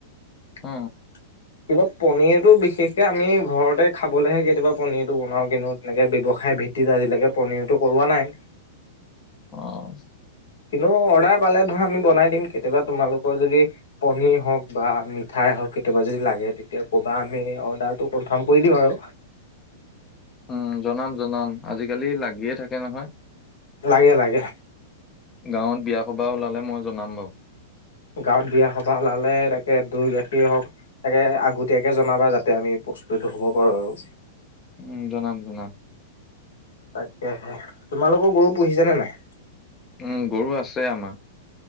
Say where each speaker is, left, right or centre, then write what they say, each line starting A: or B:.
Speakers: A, on the left; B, on the left.
A: কিন্তু
B: অ
A: পনীৰটো বিশেষকে আমি ঘৰতে খাবলৈহে কেতিয়াবা পনীৰটো বনাওঁ কিন্তু তেনেকে ব্যৱসায় ভিত্তিত আজিলৈকে পনীৰটো কৰোৱা নাই
B: অহ
A: কিন্তু অৰ্ডাৰ পালে ধৰা আমি বনাই দিম কেতিয়াবা তোমালোকৰ যদি পনীৰ হওঁক বা মিঠাই হওঁক কেতিয়াবা যদি লাগে তেতিয়া ক'বা আমি অৰ্ডাৰটো কনফাৰ্ম কৰি দিম আৰু
B: উম জনাম জনাম আজিকালি লাগিয়ে থাকে নহয়
A: লাগে লাগে
B: গাঁৱত বিয়া সবাহ ওলালে মই জনাম বাৰু
A: গাঁৱত বিয়া সবাহ ওলালে ত দৈ গাখীৰ হওক তাকে আগতীয়াকে জনাবা যাতে আমি প্ৰস্তুত হব পাৰো আৰু
B: উম জনাম জনাম
A: তাকেহে তোমালোকৰ গৰু পুহিছে নে নাই
B: উম গৰু আছে আমাৰ